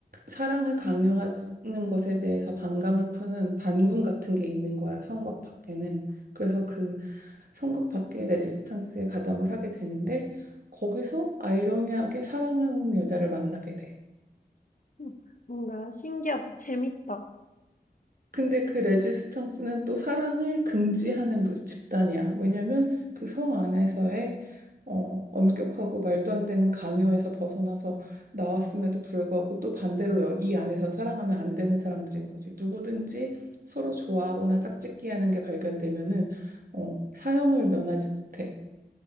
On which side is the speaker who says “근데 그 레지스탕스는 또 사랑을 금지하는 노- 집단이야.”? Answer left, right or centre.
Right